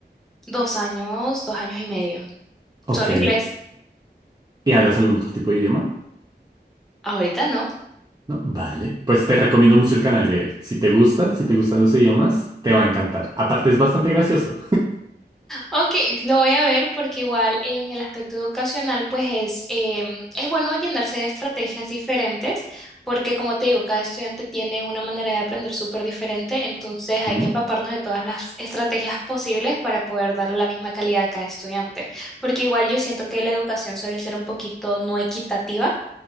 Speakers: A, in the centre; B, on the right.
A: dos años, dos años y medio.
B: Ok.
A: Solo inglés.
B: ¿Y hablas algún otro tipo de idioma?
A: Ahorita no.
B: No, vale. Pues te recomiendo mucho el canal de él. Si te gustan, si te gustan los idiomas, te va a encantar. Aparte es bastante gracioso.
A: Ok, lo voy a ver porque igual en el aspecto educacional pues es, em, es bueno llenarse de estrategias diferentes porque como te digo, cada estudiante tiene una manera de aprender súper diferente, entonces hay
B: Ujú,
A: que empaparnos de todas las estrategias posibles para poder darle la misma calidad a cada estudiante, porque igual yo siento que la educación suele ser un poquito no equitativa,